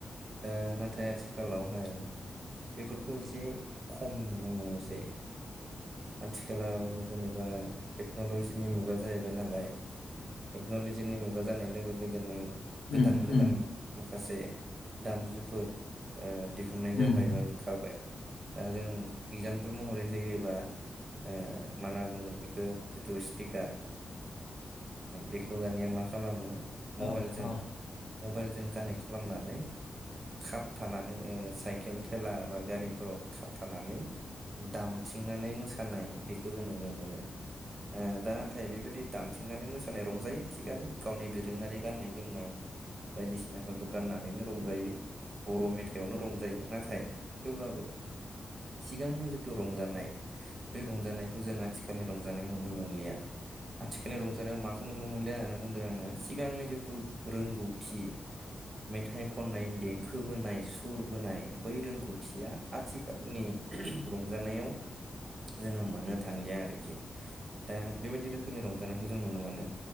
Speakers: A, on the right; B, on the left.
A: दा नाथाय आथिखालावहाय बेफोरखौ एसे खम नुनो मोनसै। आथिखालाव जेनेबा टेक्न'लजिनि मुगा जाहैबाय नालाय। टेक्न'लजिनि मुगा जानाय लोगो लोगोनो गोदान
B: उम
A: गोदान
B: उम
A: माखासे दामजुफोर दिहुननाय
B: उम
A: जाबाय बा खारबाय दा जों एगजामपोल महरै होयोबा ओ मा होनना बुंगोन बेखौ जिथु स्पिकार बेखौ दानिया मा खालामो
B: औ
A: मबाइलजों
B: औ
A: मबाइलजों कानेक्ट खालामनानै खाबथानानै ओ साइकेल थेला बा गारिफोराव खाबथानानै दामथिंनानै मोसानाय बेखौ जों नुनो मोनो ओ दाना नाथाय बेबायदि दामथिंनानै मोसानाय रंजायो थिगानो गावनि दोरोङारि गाननाय जोमनाय बायदिसिनाफोरखौ गाननानैनो रंजायो। बर' मेथाइआवनो रंजायो नाथाय थेवब्लाबो सिगांनि जिथु रंजा ब रंजानायखौ जों आथिखालनि रंजानायाव नुनो मोनलिया। आथिखालनि रंजानायाव माखौ नुनो मोनलि होननानै बुंदों आङो सिगांनि जिथु रोंगौथि मेथाइ खन देंखो बोनाय सुर बोनाय बै रोंगौथिया आथिखालनि रंजानायाव जोङो मोननो थांलिया आरोखि दा बेबायदि रोखोमनि रंजानायखौ जों नुनो मोनो।